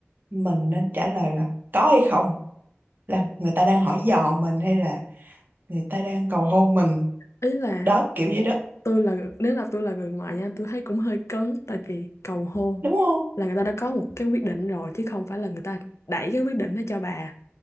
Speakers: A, on the right (about 45°); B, on the left (about 75°).
A: mình nên trả lời là có hay không là người ta đang hỏi dò mình hay là người ta đang cầu hôn mình
B: ý là
A: đó kiểu vậy đó
B: tôi là nếu là tôi là người ngoài nha tôi thấy cũng hơi cấn tại vì cầu hôn
A: đúng không
B: là người ta đã có một cái quyết định rồi chứ không phải là người ta đẩy cái quyết định đó cho bà